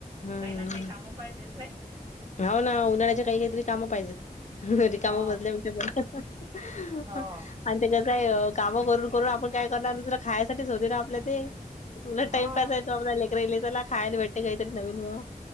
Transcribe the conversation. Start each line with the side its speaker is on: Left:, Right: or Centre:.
Left: हम्म
Right: काही ना, काही काम पाहिजेचना नाही.
Left: हो ना उन्हाळ्याच्या काही काहीतरी काम पाहिजेत. रिकाम
Right: हो
Left: बसल्यापेक्षा बर.
Right: हो
Left: आणि ते कसय कामं करून करून आपण काय करणार दुसरं खायसाठीच होते ना आपल्या ते. म्हटलं
Right: हो
Left: टाइम कसा येतो आहे. तो लेकरना चला खायला भेटते काहीतरी नवीन मग.